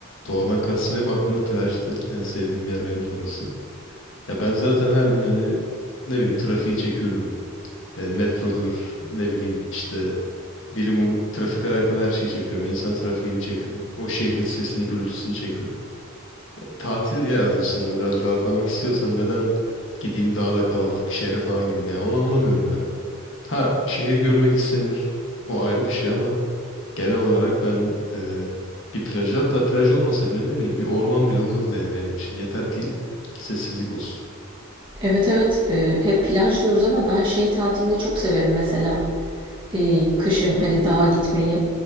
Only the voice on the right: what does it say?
Evet evet, e, hep plaj diyoruz ama ben şey tatilini çok severim mesela. Eee, kışın hani dağa gitmeyi.